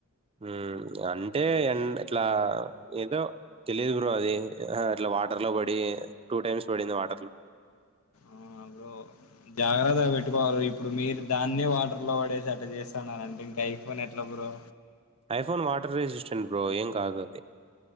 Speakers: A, on the right; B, on the left.
A: ఉమ్ అంటే, ఎన్ ఎట్లా ఏంటో తెలియదు బ్రో అది. అట్లా వాటర్ ల పడి, టూ టైమ్స్ పడింది వాటర్ లో.
B: ఆ బ్రో, జాగ్రత్తగ పెట్టుకోవాలి. ఇప్పుడు మీరు దాన్నే వాటర్ లో పడేసార్ ట చేస్తన్నారంటే, ఇంక ఐఫ్ ఫోన్ ఎట్ల bro?
A: IPhone water resistant bro, ఏం కాదు అది.